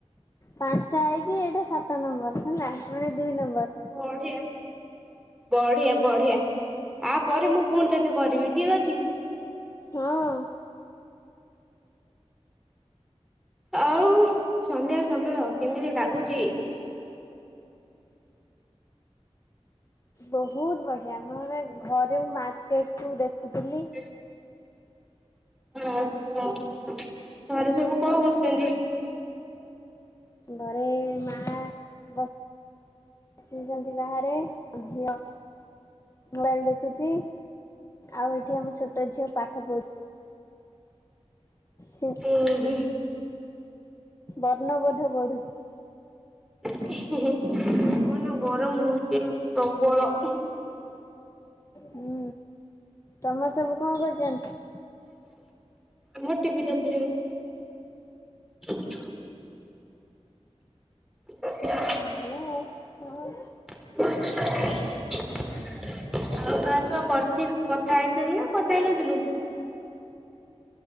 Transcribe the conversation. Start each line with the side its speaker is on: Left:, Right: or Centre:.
Left: ପାଂଶଟା ହେଇକି ଏଇଟା ସାତ ନମ୍ବର୍ ହେଲା ମାନେ ଦୁଇ ନମ୍ବର।
Centre: ବଢ଼ିଆ। ବଢ଼ିଆ ବଢ଼ିଆ ଆ ପରେ ମୁଁ ପୁଣି ତତେ କରିବି ଠିକ୍ ଅଛି।
Left: ହଁ।
Centre: ଆଉ ସନ୍ଧ୍ୟା ସମୟ କେମିତି ଲାଗୁଚି?
Left: ବହୁତ ବଢ଼ିଆ ମୋର ଘରେ ମୁ ମାର୍କେଟକୁ ଦେଖୁଥୁଲି।
Centre: ଁ ଆ ଘରେ ସବୁ କଁ କରୁଚନ୍ତି?
Left: ଘରେ ମା ବ ଇଚନ୍ତି ବାହାରେ ଅଁ ଝିଅ ମୋଆଲ୍ ଦେଖୁଚି ଆଉ ଏଠି ଆମ ଛୋଟ ଝିଅ ପାଠ ପ ସେ
Centre: ଏଇ ହି
Left: ବର୍ଣ୍ଣବୋଧ ବଢ଼ୁଚି।
Centre: କଣ ନାଁ ଗରମ ହୋଉଚି ରୁ ପ୍ରବଳ।
Left: ହୁଁ ତମ ସବୁ କଚ କରଚନ୍ତି?
Centre: ମୋ ଟି ଭି ଦେଖୁଚନ୍ତି। <inaudible>
Left: ଭଲ ଆଉ ହଁ।
Centre: <unintelligible> ଆଉ କାହା ସହ କରଥିଲ୍ କଥା ହେଇଥିଲୁ ନା କଥା ହେଇନଥିଲୁ?